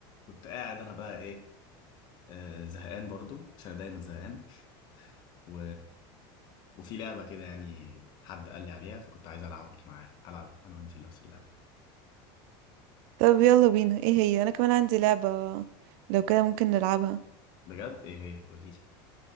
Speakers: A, on the left (about 35°); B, on the right (about 55°).
A: كنت قاعد انا بقى ايه آه زهقان برضو عشان دايما زهقان و... وفي لعبة كده يعني حد قال لي عليها فكنت عايز العبك معاه العب انا وانتي نفس اللعبة
B: طب يلا بينا ايه هي انا كمان عندي لعبة لو كده ممكن نلعبها
A: بجد ايه هي قولي لي